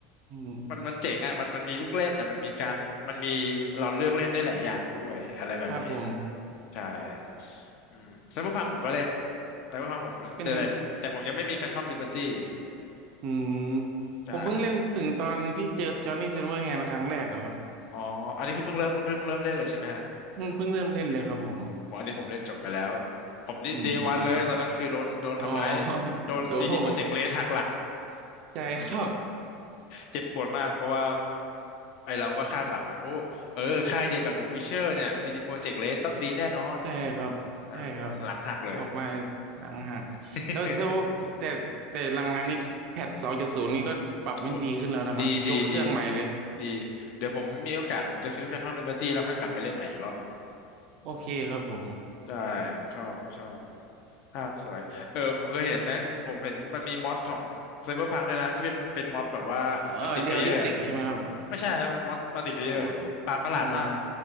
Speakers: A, on the right; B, on the left.
A: อืม
B: มันมันเจ๋งอ่ะมันมันมีลูกเล่นอ่ะมันมีการมันมีเราเลือกเล่นได้หลายอย่างด้วยอะไรแบบนี้
A: ครับผม
B: ใช่อืมไซเบอร์พังผมก็เล่นไซเบอร์พังผมแต่แต่แต่ผมยังไม่มีแฟนทอมลิเบอร์ตี้
A: เป็นอืม
B: ใช่
A: ผมเพิ่งเล่นถึงตอนที่เจอจอห์นนี่ซิลเวอร์แฮนด์ครั้งแรกอะครับ
B: อ๋ออันนี้คือเพิ่งเริ่มเพิ่งเริ่มเล่นเลยใช่ไหมฮะ
A: เพิ่งเพิ่งเริ่มเล่นเลยครับผม
B: ผมอันนี้ผมเล่นจบไปแล้ว ผมนี่เดวันเลยตอนนั้นคือโดนโดนทำร้าย
A: อืมอมอ๋อ <laughs>
B: โดนซีดีโปรเจกต์เลหักหลัง
A: โดโหใจครับ
B: เออเจ็บปวดมากเพราะว่าไอเราก็คาดหวังนะโอ้ เออค่ายเดียวกับ The Witcher เนี่ย CD Projekt Red ตเลต้องดีแน่นอน
A: ใจครับใจครับ
B: อ่าวหลังหักเลย
A: ออกมาหลังหักแล้วแล้วแต่แต่หลังๆนี้แพทสองจุดศูนย์นี่ก็ปรับไม่ดีขึ้นแล้วนะครับยกเครื่องใหม่เลย
B: <laughs> โอ้ดีดีดีดี เดี๋ยวผมมีโอกาสผมจะซื้อ Phantom Liberty แล้วค่อยกลับไปเล่นใหม่อีกรอบหนึง
A: โอเคครับผม
B: ได้ผมชอบผมชอบภาพสวย เออผมเคยเห็นไหมผมผมเห็นมันมีมอดของ Cyberpunk ด้วยนะที่เป็นเป็นมอดแบบว่ามัลติเพลเยอร์
A: เออเดียลดิสติกใช่ไหมครับ
B: ไม่ใช่ครับเป็นมอสมัลติเพลเยอร์ปาประหลาดมาก
A: มโอ้